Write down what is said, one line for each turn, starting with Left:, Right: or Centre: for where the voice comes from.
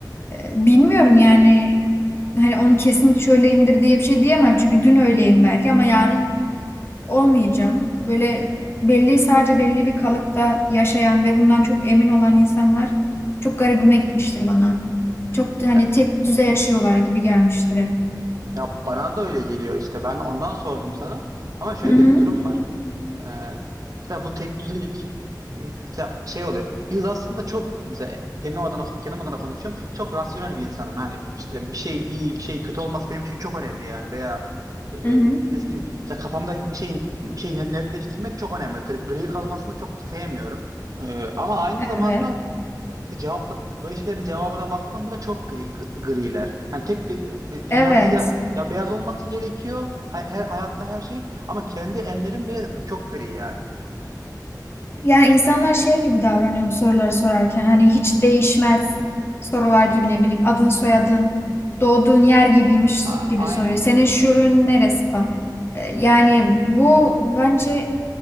Left: Ee, bilmiyorum yani hani onu kesin şöyleyimdir diye bir şey diyemem. Çünkü dün öyleyim belki ama yarın olmayacağım. Böyle belli sadece belli bir kalıpta yaşayan ve bundan çok emin olan insanlar çok garibime gitmiştir bana. Çok
Right: Ya,
Left: da hani tek düze yaşıyorlar gibi gelmiştir hep.
Right: ya bana da öyle geliyor işte. Ben ondan sordum sana. Ama şöyle
Left: Hı hı.
Right: de bir durum var. Ee, mesela bu tek düzelik m, mesela şey oluyor. Biz aslında çok mesela kendim adına kendim adına konuşuyorum. Çok rasyonel bir insanım. Yani işte bir şeyin iyi, bir şeyin kötü olması benim için çok önemli yani veya e,
Left: Hı hı.
Right: nasıl diyeyim? Mesela kafamda bir şeyin bir şeyi net- netleştirmek çok önemli. Gri, gri kalmasını çok sevmiyorum. Ee, ama aynı zamanda
Left: Evet.
Right: Cevapla, böyle şeylerin cevabına baktığımda da çok gri, griler. Hani tek bir e,
Left: Evet.
Right: ya siyah ya beyaz olması gerekiyor. Hay- her- hayatta her şeyin ama kendi enlerim bile çok gri yani.
Left: Yani insanlar şey gibi davranıyor bu soruları sorarken. Hani hiç değişmez sorular gibi ne bileyim adın soyadın doğduğun yer gibiymiş
Right: A-
Left: gibi
Right: aynen.
Left: soruyor. Senin şurun neresi falan. Ee, Yani bu bence